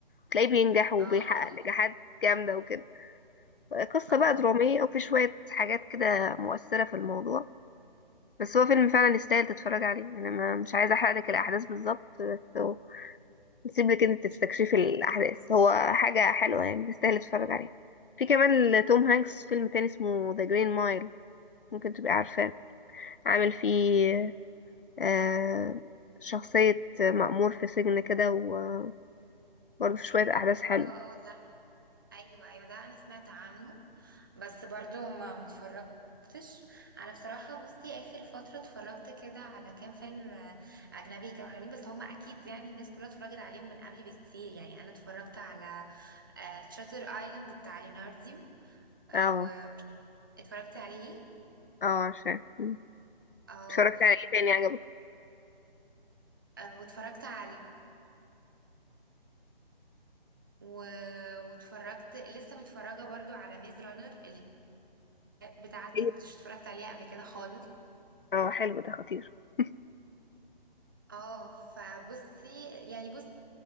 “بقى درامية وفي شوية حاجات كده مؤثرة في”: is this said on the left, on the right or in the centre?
Left